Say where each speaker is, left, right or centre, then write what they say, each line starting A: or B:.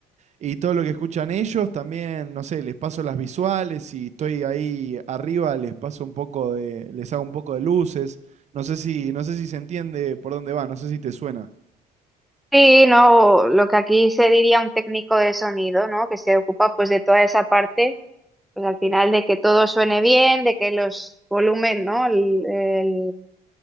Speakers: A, on the right; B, in the centre.
A: y todo lo que escuchan ellos, también, no sé, les paso las visuales y estoy ahí arriba, les paso un poco de, les hago un poco de luces. No sé si, no sé si se entiende por dónde va, no sé si te suena.
B: Sí, no, lo que aquí se diría un técnico de sonido, ¿no? Que se ocupa pues de toda esa parte pues al final de que todo suene bien, de que los volúmenes, ¿no? El, el- o